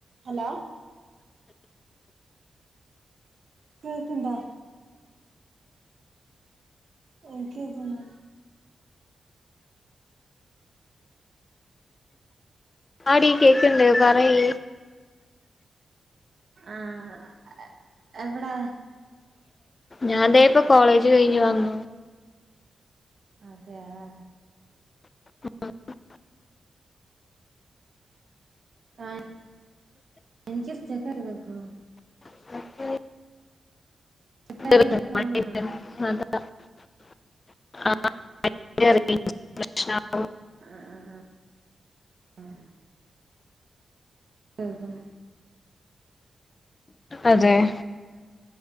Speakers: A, on the right; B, on the left.
A: ഹലോ കേക്ക്ണ്ടോ? എനിക്ക് കേൾക്കണില്ല
B: ആടീ കേൾക്ക്ണ്ട് പറയ്
A: ആഹ് എവിടാ
B: ഞാൻ തേ ഇപ്പൊ കോളേജ് കഴിഞ്ഞ് വന്നു
A: അതെയോ
B: <inaudible>
A: ആഹ് ആഹ് ഇക്ക് ഇഷ്ടാ അഹ് കറി വെക്കോ
B: <unintelligible>
A: സ്റ്റെക്കായിട്ട്
B: <unintelligible>
A: കേൾക്കണോന്ന്
B: അതാ <unintelligible>
A: ആഹ് ആഹ് ആഹ് ആഹ് ഓഹോ
B: അതേയ്